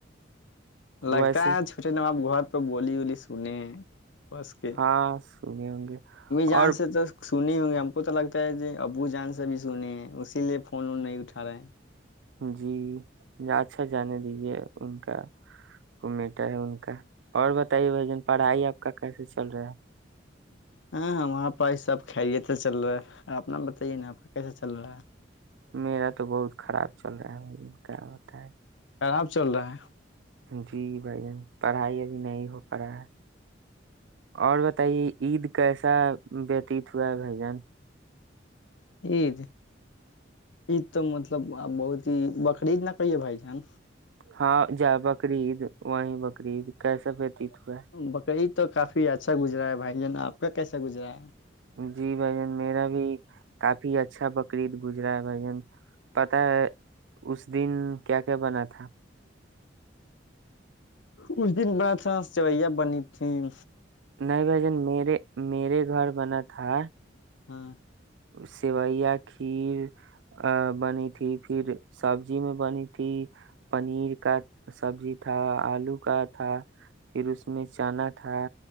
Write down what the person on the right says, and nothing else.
ویسے
ہاں سنے ہوں گے
اور
جی اچھا جانے دی ان کا وہ بیٹا ہے ان کا اور بتائیے بھائی جان پڑھائی آپ کا کیسے چل رہا ہے
میرا تو بہت خراب چل رہا ہے کیا ہوتا ہے
جی بھائی جن پڑھائی ابھی نہیں ہو پا رہا ہے اور بتائیے عید کیسا وتیت ہوا ہے بھائی جن
ہاں بقرید وہیں بقرریید کیسے سے وتیت ہوئے <inaudible>
جی بھائی جن میرا بھی کافی اچھا بقرعید گزرا ہے بھائی جن پتا ہے اس دن کیا کیا بنا تھا
نہیں بھ جن میرے میرے گھر بنا تھا
سیوئیا کھیر <inaudible> بنی تھی پھر سبزی میں بنی تھی پنیر کا سبزی تھا آلو کا تھا پھر اس میں چنا تھا